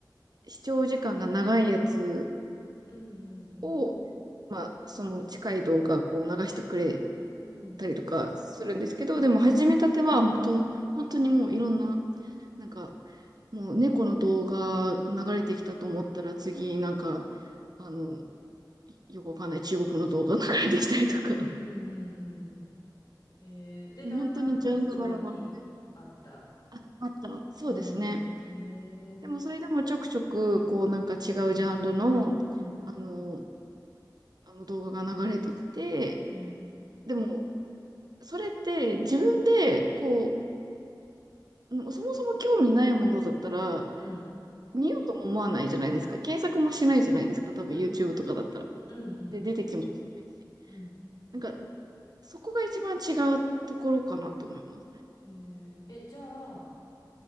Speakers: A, on the right; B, on the left.
A: う、視聴時間が長いやつ
B: うん
A: を、まあ、その近い動画、こう、流してくれ
B: うんうん
A: たりとかするんですけど、でも、始めたては、本当本当にもういろんな、なんか、もう猫の動画流れてきたと思ったら、次、なんか、
B: うん
A: あの、よくわかんない中国の動画流れてきたりとか、
B: うんうんえー、で、
A: もう本当にジャンルバラバラで。
B: だんだん自分に合った。
A: あ、あった。そうですね。
B: うん。へ
A: でも、
B: え。
A: それでもちょくちょく、こう、なんか違うジャンルの、
B: うん
A: あの、あの動画が流れてきて、
B: うん
A: でも、それって自分で、こう、うんそもそも興味ないものだったら、
B: うん
A: 見ようとも思わないじゃないですか。検索もしないじゃないですか。多分
B: うん
A: YouTube とかだったら。
B: うんうん
A: で、出てきもしないし。
B: うん
A: なんか、そこが一番違うところかなと思います。
B: えー、え、じゃあ、